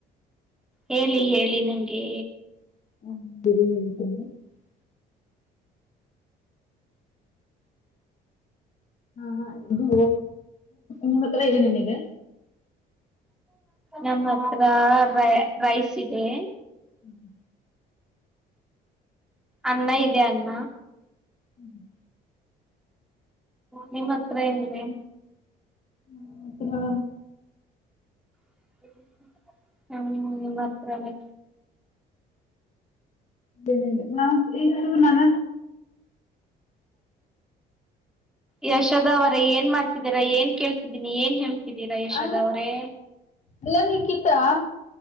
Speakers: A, in the centre; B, on the left (about 45°).
A: ಹೇಳಿ ಹೇಳಿ ನಂಗೆ
B: <inaudible> ಹಾ ಇದು ನಿಮ್ಮ ಹತ್ರ ಏನೇನಿದೆ
A: ನಮ್ಮ ಹತ್ರ ರೈಸ್ ಇದೆ
B: ಹ್ಮ್
A: ಅನ್ನ ಇದೆ ಅ್ಣ
B: ಹ್ಮ್
A: ನಿಮ್ಮ್ ಹತ್ರ ಏನಿದೆ
B: ಹ್ಮ ಮತ್ತಿನಳ
A: <unintelligible> ಹ್ಮ ನಿಮ್ಮ್ತ್ರಾನೇ
B: ರೆ ನಾ ಈ ಶೂ ನನ
A: ಯಶೋದ ಅವರ ಏನ್ ಮಾಡ್ತಿದರಾ ಏನ್ ಕೇಳ್ತಿದೀನಿ ಏನ್ ಹೇಳ್ತ ಇದ್ದೀರಾ ಯಶೋದವರೇ?
B: ಅಲ್ಲ ಅಲ್ಲ ನಿಖಿತಾ